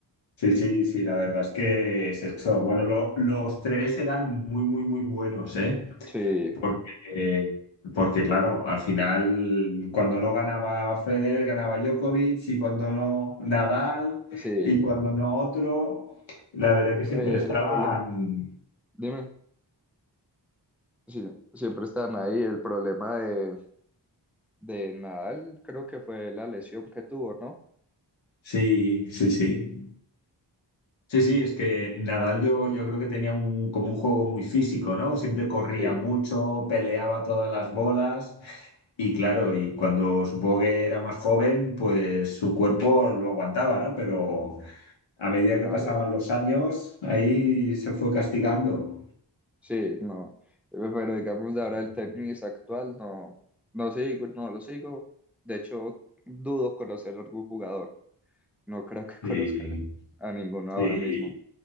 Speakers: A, on the left (about 90°); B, in the centre.
A: Sí, sí, sí, la verdad es que es eso. Bueno, lo- los tres eran muy, muy, muy buenos, ¿eh?
B: Sí,
A: Porque, porque, claro, al final, cuando no ganaba Federer, ganaba Djokovic, y cuando no Nadal,
B: sí,
A: y cuando no otro, la verdad que siempre
B: eh,
A: estaban.
B: el problema, dime, sí, siempre están ahí, el problema de, de Nadal creo que fue la lesión que tuvo, ¿no?
A: Sí, sí, sí. Sí, sí, es que Nadal yo, yo creo que tenía un, como un juego muy físico, ¿no? Siempre corría
B: Sí,
A: mucho, peleaba todas las bolas y claro, y cuando supongo que era más joven, pues su cuerpo lo aguantaba, ¿no? Pero a medida
B: claro.
A: que pasaban los años, ahí se fue castigando.
B: Sí, no. Eh, Pero digamos de ahora el tenis actual, no, no sigo, no lo sigo. De hecho, dudo conocer a algún jugador. No creo que
A: Sí,
B: <laughs> conozca a ninguno ahora
A: sí.
B: mismo.